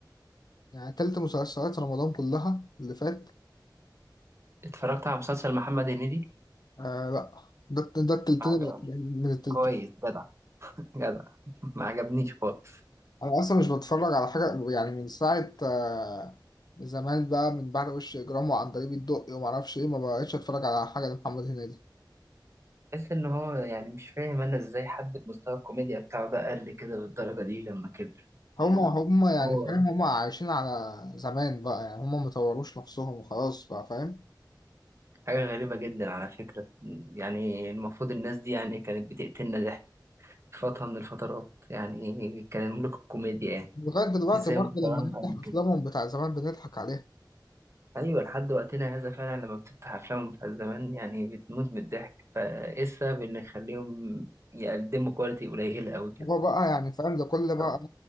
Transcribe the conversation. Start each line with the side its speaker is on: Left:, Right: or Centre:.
Left: يعني تلت مسلسلات رمضان كلها اللي فات
Right: اتفرجت على مسلسل محمد هنيدي
Left: آه لا ده ده التلتين
Right: ما عجب-
Left: من التلتين
Right: كويس جدع جدع <laughs> ما عجبنيش خالص
Left: انا اصلا مش بتفرج على حاجه يعني من ساعه آه، زمان بقى من بعد وش اجرام وعن طريق الدقي وما اعرفش ايه ما بقتش اتفرج على حاجه لمحمد هنيدي
Right: بحس ان هو يعني مش فاهم انا ازاي حد بمستوى الكوميديا بتاعه ده قل كده بالدرجة دي لما كبر
Left: هما
Right: يعني
Left: هما يعني
Right: هو
Left: فاهم هما عايشين على زمان بقى يعني هما مطوروش نفسهم وخلاص بقى فاهم
Right: حاجة غريبة جدا على فكرة يعني المفروض الناس دي يعني كانت بتقتلنا ضحك فترة من الفترات يعني كان ملوك الكوميديا يعني
Left: لغايه دلوقتي
Right: ازاي
Left: برضه
Right: مستواهم
Left: لما نفتح
Right: قد
Left: افلامهم
Right: كده
Left: بتاع زمان بنضحك عليها
Right: أيوة لحد وقتنا هذا فعلا لما بتفتح أفلامهم بتاع زمان يعني بتموت من الضحك فإيه السبب إن يخليهم يقدموا كواليتي قليلة أوي كده
Left: هو بقى يعني فاهم لكل
Right: الصراحة
Left: بقى